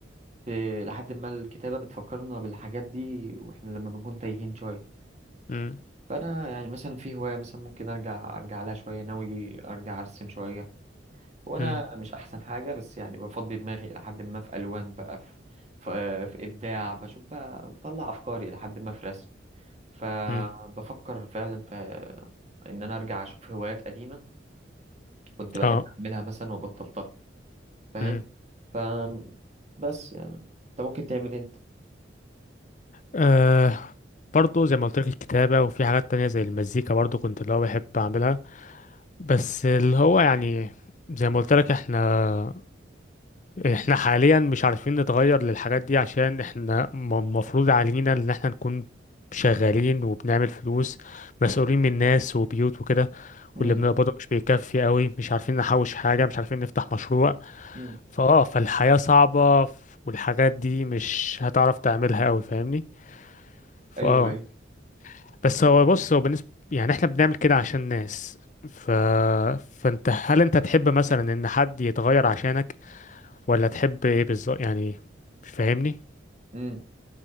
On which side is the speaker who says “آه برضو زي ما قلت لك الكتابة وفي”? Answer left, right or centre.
Left